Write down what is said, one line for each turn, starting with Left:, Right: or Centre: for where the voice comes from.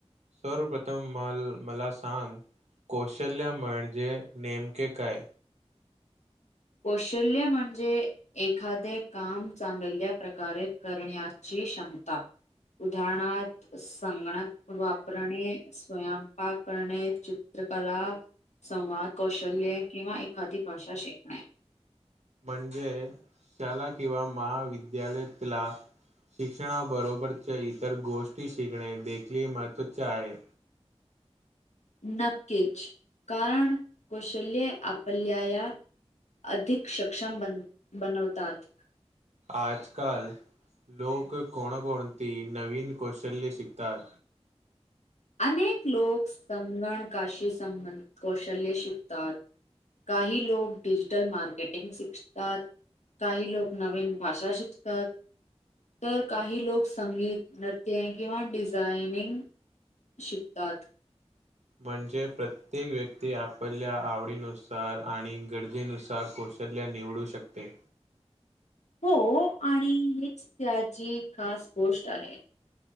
Right: सर्वप्रथम मला सांग कौशल्या म्हणजे नेमके काय
Left: कौशल्य म्हणजे एखादे काम चांगल्या प्रकारे करण्याची क्षमता उदाहरणारथ संगणक वापरणेस्वयंम पाक करणे चित्रकला संवाद कौशल्ये किंवा एखादी भाषा शिकणे
Right: म्हणजे शाळा किंवा महाविद्यालयातला शिक्षणाबरोबरच्या इतर गोष्टी शिकणे देखील महत्त्वाचे आहे
Left: नक्कीच कारण कौशल्य आपल्याया अधिक सक्षम बन बनवतात
Right: आजकाल लोक कोणकोणती नवीन कौशल्य शिकतात
Left: अनेक लोक संगणकाशी संबंध कौशल्ये शिकतात काही लोक डिजिटल मार्केटिंग शिकतात काही लोक नवीन भाषा शिकतात तर काही लोक संगीत नृत्य किंवा डिझायनिंग शिकतात
Right: म्हणजे प्रत्येक व्यक्ती आपल्या आवडीनुसार आणि गरजेनुसार कौशल्या्य निवडू शकते
Left: हो आणि हीच त्याची खास गोष्ट आहे